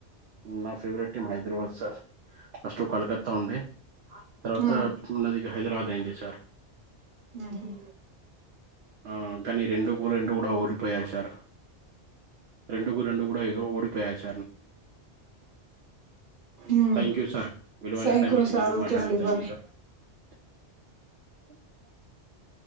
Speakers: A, on the right (about 65°); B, on the right (about 45°).
A: ఉమ్ నా favourite team Hyderabad sir first Calcutta ఉండే తర్వాత
B: ఆ
A: నాది హైదరాబాద్ అయింది సార్
B: ఉహూ
A: ఆ కానీ రెండు రెండు కూడా ఓడిపోయాయి సార్ రెండుకు రెండు కూడా ఓడిపోయాయ్
B: ఉమ్
A: థ్యాంక్ యూ సార్ విలువైన
B: సైకో
A: టైం ఇచ్చినందుకు
B: సార్ ఒకే
A: మాట్లాడండి
B: అండి
A: థ్యాంక్
B: వ
A: యూ సార్ <unintelligible>